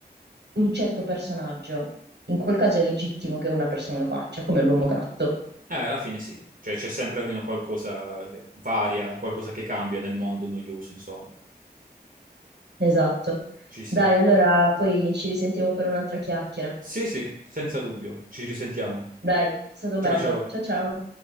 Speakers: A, on the right (about 85°); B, on the right (about 55°).
A: un certo personaggio. In quel caso è legittimo che una persona lo faccia, come l'uomo gatto.
B: Eh, alla fine sì, cioè c'è sempre almeno qualcosa che varia, qualcosa che cambia nel mondo noioso, insomma.
A: Esatto.
B: Ci sta.
A: Dai, allora poi ci risentiamo per un'altra chiacchiera.
B: Sì, sì, senza dubbio. Ci risentiamo.
A: Dai, è stato
B: Ciao,
A: bello.
B: ciao.
A: Ciao ciao.